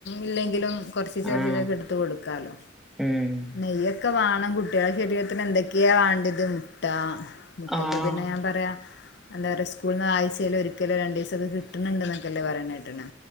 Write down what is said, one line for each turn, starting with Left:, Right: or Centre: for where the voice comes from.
Left: ഇല്ലെങ്കിലും കൊർചീച്ചെ കൊർച്ചീച്ചെക്കെ
Centre: ആഹ്
Left: ഇട്ത്ത് കൊടുക്കാലോ
Centre: ഉം
Left: നെയ്യൊക്കെ വാണം കുട്ടികളെ ശരീരത്തിന് എന്തൊക്കെയാ വാണ്ട്യത് മുട്ട മുട്ടക്കെ
Centre: ആഹ്
Left: പിന്നെ ഞാൻ പറയാ എന്താ പറയാ സ്കൂൾന്ന് ആഴ്‌ചേല് ഒരി ക്കലോ രണ്ടീസൊക്കെ കിട്ട്ണ് ണ്ട്ന്നൊക്കെല്ലെ പറീണെട്ട്ണ്.